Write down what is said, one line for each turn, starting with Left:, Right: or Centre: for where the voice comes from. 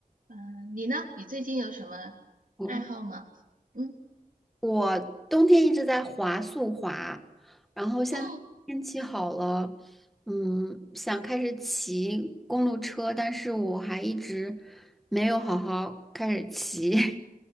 Right: 嗯、你呢？你最近有什么爱好吗？
Centre: 哦，
Right: 嗯。
Centre: 我冬天一直在滑速滑，然后现在天气好了，
Right: <gasps> 哦。
Centre: 嗯，想开始骑公路车，但是我还一直没有好好开始骑。